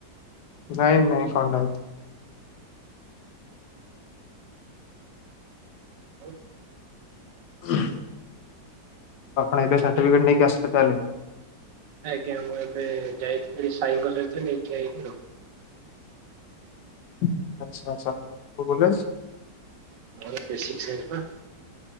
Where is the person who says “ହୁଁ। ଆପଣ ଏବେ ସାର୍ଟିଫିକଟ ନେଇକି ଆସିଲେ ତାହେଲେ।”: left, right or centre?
Left